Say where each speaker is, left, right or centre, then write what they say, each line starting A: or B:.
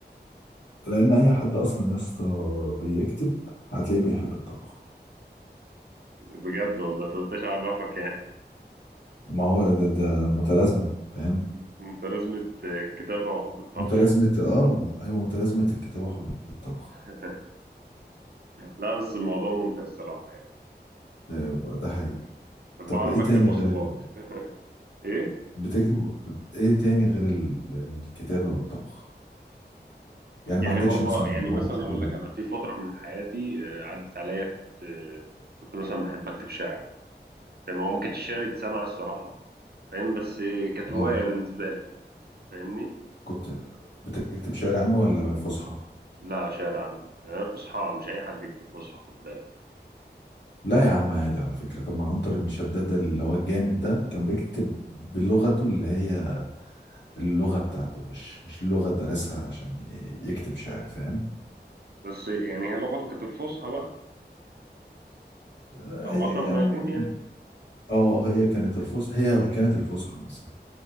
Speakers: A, on the left; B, on the right.
A: لان اي حد اصلا يا اسطى بيكتب هتلاقيه بيحب الطبخ
B: بجد والله مكنتش اعرفك يعني
A: ما هو ده ده متلازمة فاهم
B: <laughs> انت لازمة كتابه وحب الطبخ
A: متلازمة اه ايوه متلازمة الكتابة وحب الطبخ
B: <laughs> لا بس الموضوع ممتع الصراحه يعني
A: ده, ده حقيقي
B: بعرف
A: طب ايه تاني
B: اكتب وصفات
A: غير ال...
B: <laughs> ايه
A: بتكتب ب- ايه تاني غير ال... الكتابة والطبخ يعني
B: يعني
A: ما عندكش
B: مرة
A: مثلا
B: يعني
A: هواية
B: مثلا أقول
A: غريبة
B: لك أنا في فترة من حياتي آه، عدت عليا كنت آه، كنت مثلا بحب أكتب شعر فاهم هو ما كانش شعر يتسمع الصراحة فاهم بس آه، كانت
A: اه
B: هواية بالنسبة لي فاهمني
A: كنت بتكتب شعر عام ولا فصحى
B: لا شعر عامي آه، فصحى مش أي حد يكتب فصحى خد بالك
A: لا يا عم عادي على فكرة طب ما عنتر بن شداد اللي هو الجامد ده كان بيكتب بلغته اللي هي اللغة بتاعته مش مش لغة درسها عشان ي- يكتب شعر فاهم
B: بس آه، يعني هي لغته كانت الفصحى بقى
A: آه،
B: أو
A: هي-
B: أقرب
A: يعني
B: ما يكون
A: م-
B: يعني
A: اه هي كانت الفصحى هي كانت الفصحى نفسها